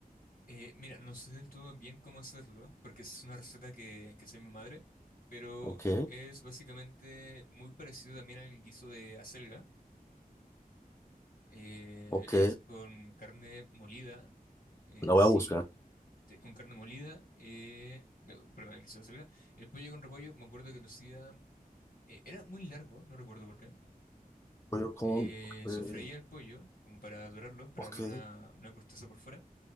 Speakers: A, on the left (about 75°); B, on the left (about 15°).
A: Eh, mira, no sé del todo bien cómo hacerlo, porque es una receta que, que hace mi madre, pero
B: Ok,
A: es básicamente muy parecido también al guiso de acelga. Eh,
B: ok,
A: es con carne molida en
B: la voy
A: sí,
B: a buscar.
A: sí, con carne molida, eh, eh, perdón, el guiso de acelga. El pollo con repollo, me acuerdo que lo hacía eh, era muy largo, no recuerdo por qué.
B: Pollo con
A: Eh,
B: repollo.
A: sofreía el pollo, como para dorarlo, para
B: Ok,
A: darle una, una corteza por fuera.